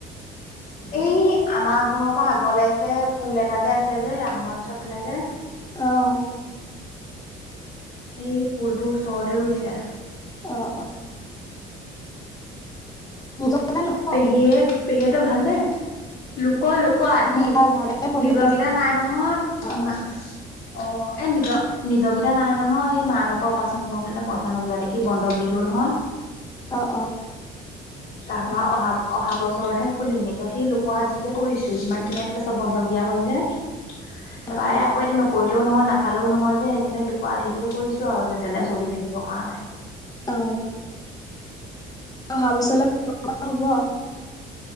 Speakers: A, on the left; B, on the left.
A: এই আমাৰ ঘৰৰ পৰা আগলে যে পুল এটা যে আছে যে ৰামঞ্চৰ ফালে যে।
B: অ'
A: এই পুলটোৰ ওচৰতে ৰুইছে।
B: অ' অ'। নিজনে লোক
A: পেহীয়ে পেহী হতঁৰ ভালনে? লোকৰ লো কোৱা আধি
B: ভাল ভালে বহি
A: নিজকেইটা
B: আছে
A: নাই নহয়।
B: অ
A: অ এ নিজৰ নিজৰকেইটা নাই নহয় এই মা ভাগ অপাৰেচন কৰোতেনে পইচা নোযোৱা দেখি বন্ধক দিলো নহয়।
B: অ' অ'।
A: তাৰ পৰা অহা অহা বছৰতহে খুলিম এতিয়া সেই লোক আধিকে কৰিছো যিমানখিনি আছিলে চব বন্ধক দিয়া হ'ল যে। তাৰপৰা
B: অ অ
A: আকৌ এতিয়া ন কৰিলেও নহয়, নাখালেও নহয় যে সেইকাৰণে লোকৰ আধিটোকে কৰিছোঁ আৰু যেন তেনে চলি থাকিব কাৰণে।
B: অ 'অহা বছৰলৈ কৰিব পৰা হ'ব আৰু।